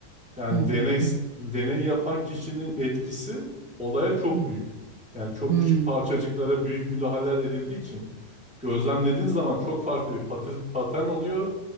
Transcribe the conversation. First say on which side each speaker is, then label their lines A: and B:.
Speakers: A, in the centre; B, on the right (about 80°).
A: Yani
B: hı hı
A: deney
B: hı
A: deney yapan kişinin etkisi olaya çok
B: hı.
A: büyük. Yani çok
B: hı.
A: küçük parçacıklara büyük müdahaleler edildiği için gözlemlediğin zaman çok farklı bir patı- patern oluyor.